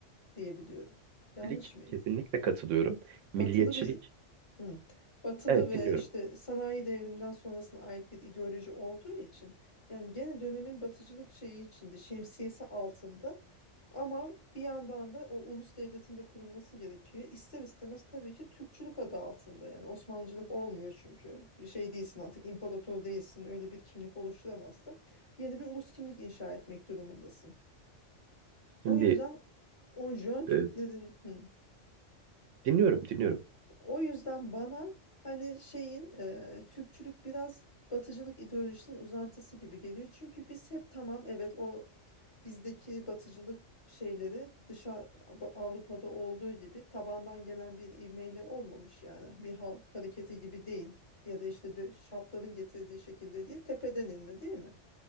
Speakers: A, on the left (about 25°); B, on the right (about 85°).
A: diyebiliyorum. Yanlış
B: Milliyetçilik
A: mıyım?
B: kesinlikle katılıyorum. Milliyetçilik,
A: Batılı bir Hı. Batılı
B: evet
A: ve
B: dinliyorum.
A: işte sanayi devriminden sonrasına ait bir ideoloji olduğu için yani gene dönemin batıcılık şeyi içinde şemsiyesi altında ama bir yandan da o ulus devletinde kurulması gerekiyor. İster istemez tabii ki Türkçülük adı altında yani Osmanlıcılık olmuyor çünkü bir şey değilsin artık imparator değilsin öyle bir kimlik oluşturamazsın. Yeni bir ulus kimlik inşa etmek durumundasın.
B: Şimdi
A: O yüzden o Jön Türklerin
B: e,
A: hı.
B: dinliyorum, dinliyorum.
A: O yüzden bana hani şeyin e, Türkçülük biraz batıcılık ideolojisinin uzantısı gibi geliyor. Çünkü biz hep tamam evet o bizdeki batıcılık şeyleri dışa Avrupa'da olduğu gibi tabandan gelen bir ivmeyle olmamış yani bir halk hareketi gibi değil ya da işte dö- şartların getirdiği şekilde değil tepeden inme değil mi?